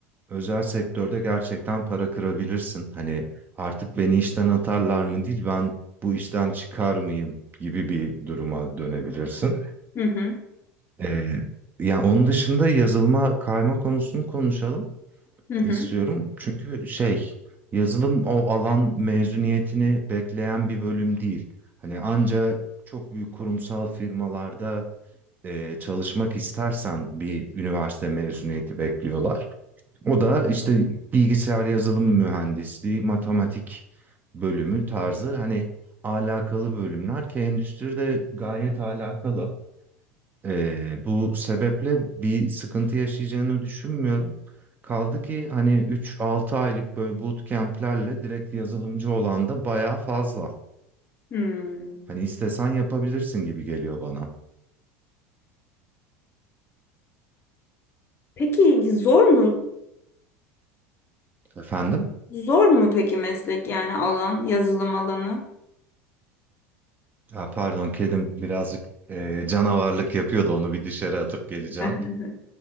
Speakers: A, on the right; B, on the left.
A: özel sektörde gerçekten para kırabilirsin. Hani artık beni işten atarlar mı değil ben bu işten çıkar mıyım gibi bir duruma dönebilirsin.
B: Hı hı.
A: Eee yani onun dışında yazılıma kayma konusunu konuşalım
B: Hı hı.
A: istiyorum. Çünkü şey yazılım o alan mezuniyetini bekleyen bir bölüm değil. Hani anca çok büyük kurumsal firmalarda e, çalışmak istersen bir üniversite mezuniyeti bekliyorlar. O da işte bilgisayar yazılım mühendisliği, matematik bölümü tarzı hani alakalı bölümler ki endüstride gayet alakalı. E, bu sebeple bir sıkıntı yaşayacağını düşünmüyorum. Kaldı ki hani 3-6 aylık böyle bootcamp'lerle direkt yazılımcı olan da bayağı fazla.
B: Hmm.
A: Hani istesen yapabilirsin gibi geliyor bana.
B: Peki zor mu?
A: Efendim?
B: Zor mu peki meslek yani alan, yazılım alanı?
A: Ha, pardon kedim birazcık e, canavarlık yapıyordu onu bir dışarı atıp geleceğim.
B: <laughs>